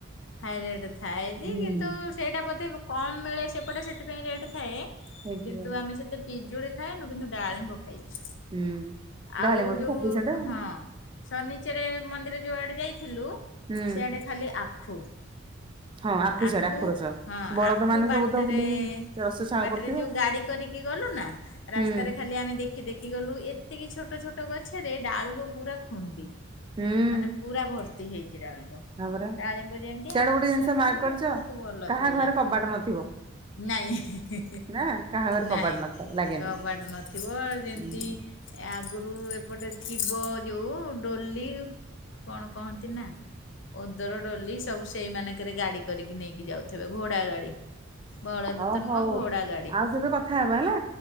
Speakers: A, on the left; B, on the right.
A: ହାଇ ରେଟ୍ ଥାଏ ଯେ
B: ହୁଁ
A: କିନ୍ତୁ ସେଇଟା ବୋଧେ କମ୍ ମିଳେ ସେପଟେ ସେଥିପାଇଁ ରେଟ୍ ଥାଏ
B: ହେଇଥିବ
A: କିନ୍ତୁ ଆମେ ସେତେ ପିଜୁଳି ଖାଏନୁ କିନ୍ତୁ ଡାଳିମ୍ବ ଖାଇଚୁ
B: ହୁଁ ଡାଳିମ୍ବ
A: ଆଉ
B: ତ
A: ଯୋଉ
B: ସଫିସେଣ୍ଟ ଆଉ।
A: ହଁ। ସନିଚରାୟ ମନ୍ଦିର ଯୋଉ ଆଡେ ଯାଇଥିଲୁ
B: ହୁଁ
A: ସେଆଡେ ଖାଲି ଆଖୁ।
B: ହଁ
A: ଆଖୁ
B: ସିଆଡେ ରସ
A: ହଁ
B: ବଳଦ
A: ଆଖୁ
B: ମାନେ
A: ବାଟରେ
B: ସବୁ ତ ବୁଲିକି ରସ ଛାଳ
A: ବାଟରେ
B: କରୁଥିବେ
A: ଯୋଉ
B: ଆଉ।
A: ଗାଡି କରିକି ଗଲୁ ନା
B: ହୁଁ
A: ରାସ୍ତାରେ ଖାଲି ଆମେ ଦେଖ ଦେଖି ଦେଖି ଗଲୁ ଏତିକି ଛୋଟ ଛୋଟ ଗଛରେ ଡାଳିିବ ପୁରା ଖୁନ୍ଦି
B: ହୁଁ
A: ମାନେ ପୁରା ଭର୍ତି ହେଇଚି ଡାଳିମ୍ବ
B: ହଁ ପରା
A: ଡାଳିମ୍ବ ଯେମିତି
B: ସିଆଡେ
A: ଆଖୁ
B: ଗୋଟେ ଜିନିଷ
A: ସେମ
B: ମାର୍କ
A: ତି
B: କରିଛ
A: ବହୁତ ଭଲ
B: କାହା
A: ଥିଲା
B: ଘରେ କବାଟ ନଥିବ
A: ନାଇଁ।
B: ନା କାହା ଘରେ କବାଟ
A: ନାଇଁ
B: ନଥାଏ ଲାଗେନି
A: କବାଟ ନଥିବ ଯେନ୍ତୀ
B: ହୁଁ
A: ଏ ଆଗରୁ ଏପଟେ ଥିବ ଯୋଉ ଡୋଲି କଣ କହନ୍ତି ନା ଓଦର ଡଲି ସବୁ ସେଇ ମାନଙ୍କରେ ଗାଡି କରିକି ନେଇକି ଯାଉ ଥିବ ଘୋଡା ଗାଡି। ବଳଦ
B: ଓ
A: ତ
B: ହୋଉ
A: ନୁହଁ ଘୋଡା ଗାଡି
B: ଆଉ କେବେ କଥା ହବ ହେଲା।